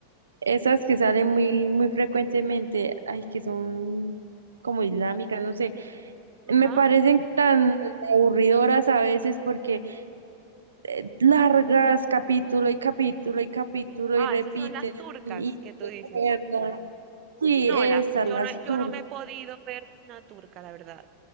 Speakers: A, on the right (about 70°); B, on the right (about 35°).
A: Esas que salen muy, muy frecuentemente, ay, que son como islámicas, no sé, me
B: Ajá.
A: parecen tan aburridoras a veces porque eh, largas capítulo y capítulo y capítulo
B: Ah,
A: y repiten
B: esas son las turcas
A: y
B: que tú
A: recuerdan.
B: dices.
A: Sí,
B: No,
A: esas,
B: la, yo
A: las
B: no, yo
A: turcas.
B: no me he podido ver una turca, la verdad.